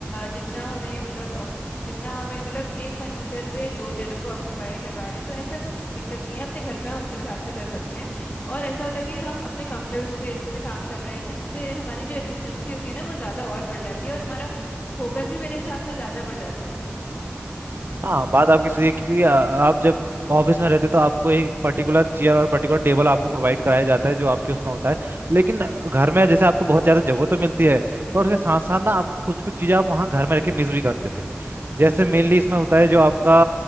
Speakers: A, on the left; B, on the right.
A: जितना हमें मतलब ऑक- जितना हमें मतलब एक फर्नीचर पे दो जनों को ऑक्यूपाई करवा रहे हैं तो ऐसा कुछ दिक्कत नहीं है अपने घर पे हम अपने हिसाब से कर सकते हैं और ऐसा होता है कि हम अपने कंफर्टेबल स्पेस में काम कर रहे हैं तो जिससे हमारी जो एफिशिएंसी होती है ना वो ज़्यादा और बढ़ जाती है और हमारा फोकस भी मेरे हिसाब से ज़्यादा बढ़ जाता है
B: हाँ बात आपकी सही है क्योंकि आ- आप जब ऑफिस में रहते तो आपको एक पर्टिकुलर चेयर और पर्टिकुलर टेबल आपको प्रोवाइड कराया जाता है जो आपके उसमें होता है लेकिन घर में जैसे आपको बहुत ज़्यादा जगह तो मिलती है पर उसके साथ साथ ना आप कुछ कुछ चीज़ें आप वहाँ घर में रख के मिस भी करते थे जैसे मेनली इसमें होता है जो आपका